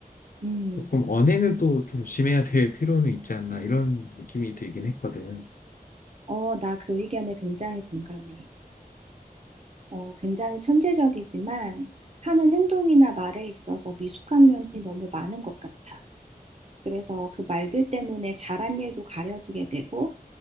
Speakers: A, on the right (about 45°); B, on the left (about 60°).
A: 음.
B: 조금 언행을 또 좀 조심해야 될 필요는 있지 않나 이런 느낌이 들긴 했거든.
A: 어, 나 그 의견에 굉장히 동감해. 어, 굉장히 천재적이지만 하는 행동이나 말에 있어서 미숙한 면이 너무 많은 것 같아. 그래서 그 말들 때문에 잘한 일도 가려지게 되고